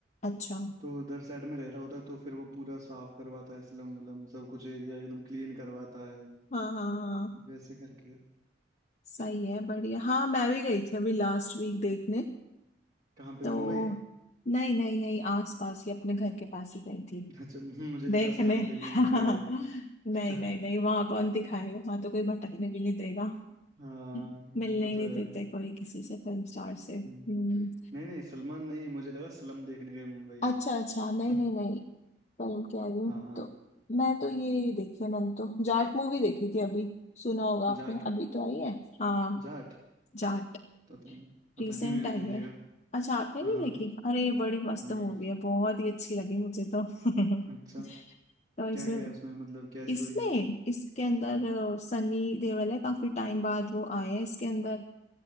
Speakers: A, on the left; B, on the right.
A: अच्छा
B: तो उधर साइड में रह रहा होता है तो फिर वो पूरा साफ करवाता है स्लम वलम सब कुछ एरिया एकदम क्लीन करवाता है
A: हाँ हाँ हाँ।
B: वैसे करके
A: सही है बढ़िया हाँ मैं भी गई थी अभी लास्ट वीक देखने
B: कहाँ पे
A: तो
B: मुंबई
A: नहीं नहीं यही आस पास ही अपने घर के पास ही गई थी
B: <laughs> अच्छा मुझे लगा
A: देखने
B: स्लम देखने
A: <laughs>
B: मुंबई गए
A: नहीं
B: <laughs>
A: नहीं नहीं वहां कौन दिखाएगा वहां तो कोई भटकने भी नहीं देगा
B: हाँ
A: <laughs> मिलने
B: वो
A: ही
B: तो
A: नहीं
B: है
A: देते कोई किसी से फिल्म स्टार से हम्म
B: हम्म। नहीं नहीं सलमान नहीं मुझे लगा स्लम देखने गए मुंबई
A: अच्छा अच्छा नहीं
B: <laughs>
A: नहीं नहीं फिल्म कह रही हूँ
B: हाँ
A: तो मैं तो ये देखी है मैंने तो जाट मूवी देखी थी अभी सुना होगा आपने
B: जाट
A: अभी तो आई है हाँ
B: जाट
A: जाट
B: पता नहीं पता
A: रिसेंट
B: नहीं मैंने
A: आई
B: नहीं
A: है
B: देखा
A: अच्छा आपने नहीं
B: हाँ हाँ
A: देखी अरे बड़ी मस्त
B: नहीं
A: मूवी है बहुत ही अच्छी लगी मुझे तो <laughs>
B: अच्छा
A: तो इसमें
B: क्या क्या है उसमें मतलब क्या स्टोरी
A: इसमें
B: है
A: इसके अंदर अ, सनी देओल है काफी टाइम बाद वो आए हैं इसके अंदर